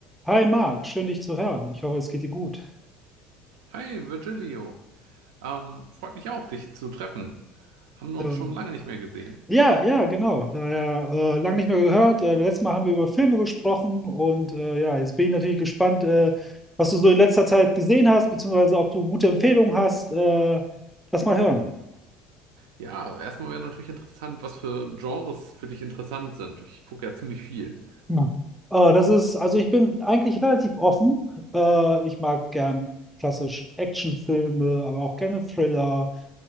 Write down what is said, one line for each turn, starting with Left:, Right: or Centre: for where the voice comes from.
Centre: Hi Marc, schön dich zu hören. Ich hoffe, es geht dir gut.
Right: Hi Virgilio, ähm, freut mich auch, dich zu treffen. Haben wir
Centre: Äh,
Right: uns schon lange nicht mehr gesehen.
Centre: ja, ja, genau. Daher äh, lang nicht mehr gehört. Äh, letztes Mal haben wir über Filme gesprochen und äh, ja, jetzt bin ich natürlich gespannt, äh, was du so in letzter Zeit gesehen hast, beziehungsweise ob du gute Empfehlungen hast. Äh, lass mal hören.
Right: Ja, erstmal wäre natürlich interessant, was für Genres für dich interessant sind. Ich gucke ja ziemlich viel.
Centre: Ja. Äh, das ist, also ich bin eigentlich relativ offen. Äh, ich mag gern klassisch Actionfilme, aber auch gerne Thriller.